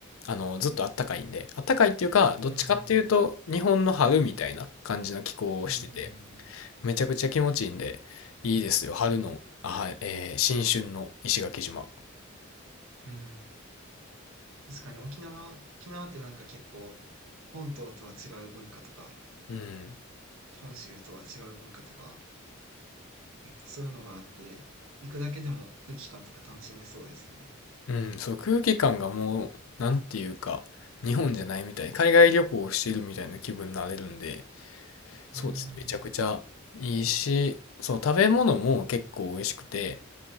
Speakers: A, on the left; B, on the right.
A: あの、ずっと暖かいんで、暖かいっていうか、どっちかっていうと日本の春みたいな感じの気候をしてて、
B: うん、うん、うん、
A: めちゃくちゃ気持ちいいんで、いいですよ。春の、あ、はいえー新春の石垣島。
B: うん。うん確かに沖縄、沖縄ってなんか結構、本島とは違う文化とか、
A: うん。
B: 本州とは違う文化とか、そういうのがあって、行くだけでも空気感とか楽しめそうですよね。
A: うん、そう、空気感がもう、なんていうか、日本じゃないみたい。海外旅行をしてるみたいな気分になれるんで、そうですね。
B: うーん、う
A: めちゃくちゃいいし、
B: ん
A: そう、食べ物も結構美味しくて、